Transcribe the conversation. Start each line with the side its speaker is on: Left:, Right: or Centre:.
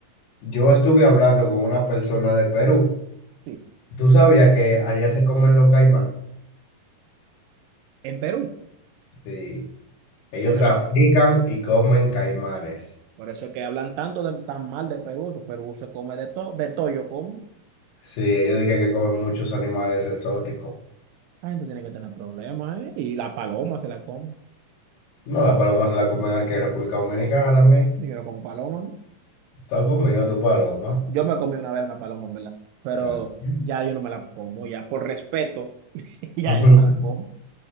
Left: yo estuve hablando con una persona de Perú.
Right: sí,
Left: ¿Tú sabías que allá se comen los caimán?
Right: en Perú.
Left: Sí. Ellos
Right: Por
Left: trafican
Right: eso,
Left: y comen caimanes.
Right: por eso es que hablan tanto de- tan mal de Perú, que Perú se come de todo, de todo yo como.
Left: Sí, ellos dicen que comen muchos animales exóticos.
Right: La gente tiene que tener problemas, ¿eh? Y la paloma se la come.
Left: No, la paloma se la comen aquí en República Dominicana también.
Right: Y Yo no como paloma, ¿no?
Left: Está conmigo tu paloma.
Right: Yo me comí una vez una paloma, en verdad. Pero
Left: Ah. <laughs>
Right: ya yo no me la como, ya por respeto, <laughs> ya
Left: Ujú.
Right: yo no me la como.